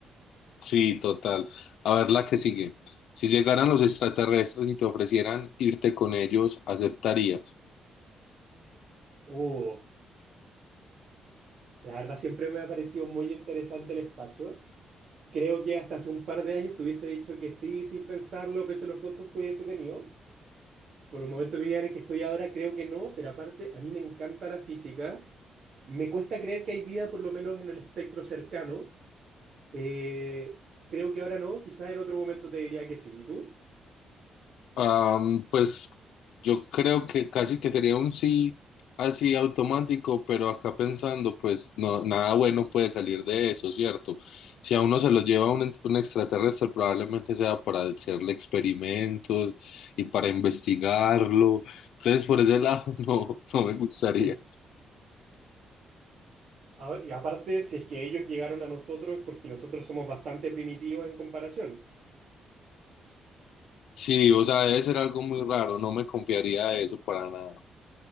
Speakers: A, on the left (about 85°); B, on the right (about 45°).
A: sí, total. A ver la que sigue. Si llegaran los extraterrestres y te ofrecieran irte con ellos, ¿aceptarías?
B: Uh, la verdad siempre me ha parecido muy interesante el espacio. Creo que hasta hace un par de años te hubiese dicho que sí, sin pensarlo, pese a los costos que hubiese tenido. Por el momento de mi vida en el que estoy ahora, creo que no, pero aparte, a mí me encanta la física. Me cuesta creer que hay vida, por lo menos en el espectro cercano. Eh, creo que ahora no, quizás en otro momento te diría que sí. ¿Y tú?
A: Am, pues yo creo que casi que sería un sí así automático, pero acá pensando, pues no, nada bueno puede salir de eso, ¿cierto? Si a uno se lo lleva un, ent- un extraterrestre, probablemente sea para hacerle experimentos y para investigarlo. Entonces, por ese lado, <laughs> no, no me gustaría.
B: <laughs> Ahora- y aparte, si es que ellos llegaron a nosotros es porque nosotros somos bastante primitivos en comparación.
A: Sí, o sea, debe ser algo muy raro, no me confiaría de eso para nada.